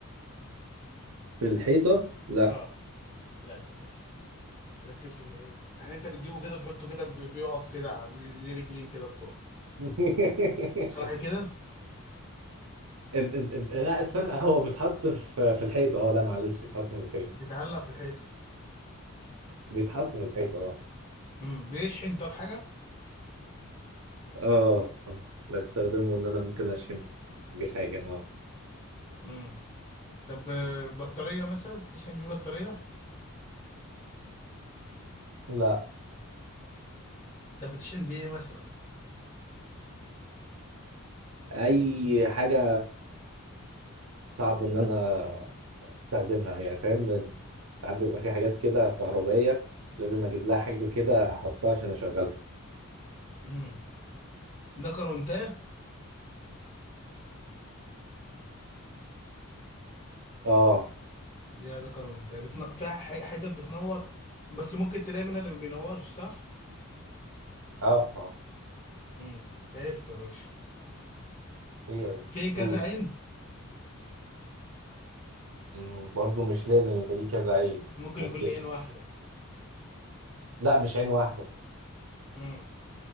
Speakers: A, on the right; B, on the left.
A: في الحيطة لا
B: اه لا شوف الحيطة تركبش في الحيطة يعني انت بتجيبه كده تحطه كده بي- بيقف كده على- ليه ليه رجلين كده بتقف
A: <laughs> إن-
B: صح كده
A: إن- إن- لا استنى هو بيتحط في في الحيطة اه لا معلش بيتحط في الحيطة
B: بيتعلق في الحيطة
A: بيتحط في الحيطة اه
B: امم بيشحن طب حاجة
A: اه بستخدمه ان انا ممكن اشم بيه حاجة اه
B: امم طب آه، بطارية مثلا بتشحن بيه بطارية
A: لا
B: طب بتشحن بيه ايه مثلا
A: اي حاجه صعب ان انا استخدمها يعني فاهم ساعات بيبقى في حاجات كده كهربائيه لازم اجيب لها حاجه كده احطها عشان اشغلها
B: امم ده كرونتاه
A: اه
B: ليه ده كرونتاه بتن... فيها ح- حتت بتنور بس ممكن تلاقي منها اللي ما بينورش صح
A: اه اه
B: امم عرفته يا باشا
A: ايه يا باشا
B: في كذا
A: قول
B: عين
A: أمم، برضو مش لازم يبقى ليه كذا عين
B: ممكن
A: ممكن
B: يكون لعين واحدة
A: لا مش عين واحده
B: امم